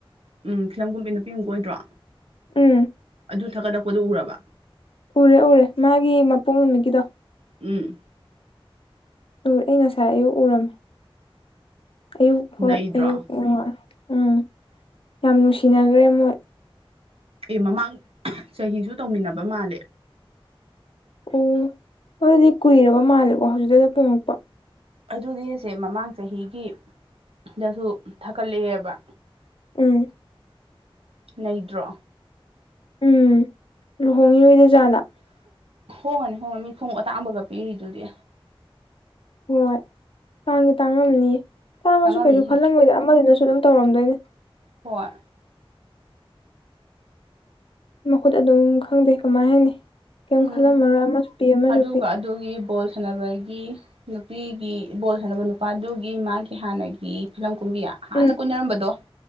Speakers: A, on the right (about 80°); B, on the left (about 65°).
A: ꯎꯝ ꯐꯤꯂꯝꯀꯨꯝꯕꯤ ꯅꯨꯄꯤ ꯑꯃ ꯀꯣꯏꯗ꯭ꯔꯣ
B: ꯎꯝ
A: ꯑꯗꯨ ꯊꯒꯠꯂꯛꯄꯗꯨ ꯎꯔꯕ
B: ꯎꯔꯦ ꯎꯔꯦ ꯃꯒꯤ ꯃꯄꯣꯛ ꯅꯨꯃꯤꯠꯀꯤꯗꯣ
A: ꯎꯝ
B: ꯎꯔ ꯑꯩ ꯉꯁꯥꯏ ꯑꯌꯨꯛ ꯎꯔꯝꯃꯦ ꯑꯌꯨꯛ ꯍꯣꯏ
A: ꯅꯩꯗ꯭ꯔꯣ
B: ꯑꯌꯨꯛ ꯎꯝ ꯌꯥꯝ ꯅꯨꯡꯁꯤꯅꯈ꯭ꯔꯦ ꯃꯣꯏ
A: ꯑꯦ ꯃꯃꯥꯡ ꯆꯍꯤꯁꯨ ꯇꯧꯃꯤꯟꯅꯕ ꯃꯥꯜꯂꯦ
B: ꯑꯣ ꯑꯗꯨꯗꯤ ꯀꯨꯏꯔꯕ ꯃꯥꯜꯂꯦꯀꯣ ꯍꯧꯖꯤꯛꯇꯗ ꯄꯣꯡꯉꯛꯄ
A: ꯑꯗꯨꯅꯤ ꯑꯁꯦ ꯃꯃꯥꯡ ꯆꯍꯤꯒꯤ ꯗꯁꯨ ꯊꯥꯀꯠꯂꯛꯑꯦꯕ
B: ꯎꯝ
A: ꯅꯩꯗ꯭ꯔꯣ
B: ꯎꯝ ꯂꯨꯍꯣꯡꯉꯤꯔꯣꯏꯗꯣꯏ ꯖꯥꯠꯂ
A: ꯍꯣꯡꯉꯅꯤ ꯍꯣꯡꯉꯅꯤ ꯃꯤ ꯈꯣꯡꯎꯞ ꯑꯇꯥꯡꯕꯒ ꯄꯤꯔꯤꯗꯨꯗꯤ
B: ꯍꯣꯏ ꯇꯥꯡꯗꯤ ꯇꯥꯡꯉꯝꯅꯤ ꯇꯥꯡꯉꯁꯨ
A: ꯆꯪꯉꯝꯅꯤꯍꯦ
B: ꯀꯩꯁꯨ ꯈꯜꯂꯝꯃꯣꯏꯗ ꯑꯃꯗꯨ ꯅꯁꯨ ꯑꯗꯨꯝ ꯇꯧꯔꯝꯗꯣꯏꯅꯦ
A: ꯍꯣꯏ
B: ꯃꯈꯨꯠ ꯑꯗꯨꯝ ꯈꯪꯗꯦ ꯀꯃꯥꯏ ꯍꯥꯏꯅꯤ ꯀꯩꯝ
A: ꯎꯝ
B: ꯈꯜꯂꯝꯃꯔꯣꯏ ꯑꯃꯁꯨ ꯄꯤ ꯑꯃꯁꯨ
A: ꯑꯗꯨꯒ
B: ꯄꯤ
A: ꯑꯗꯨꯒꯤ ꯕꯣꯜ ꯁꯥꯟꯅꯕꯒꯤ ꯅꯨꯄꯤꯒꯤ ꯕꯣꯜ ꯁꯥꯅꯕ ꯅꯨꯄꯗꯨꯒꯤ ꯃꯒꯤ ꯍꯥꯟꯅꯒꯤ ꯐꯤꯂꯝ ꯀꯨꯝꯕꯤꯌꯥ ꯍꯥꯟꯅ
B: ꯎꯝ
A: ꯀꯣꯏꯅꯔꯝꯕꯗꯣ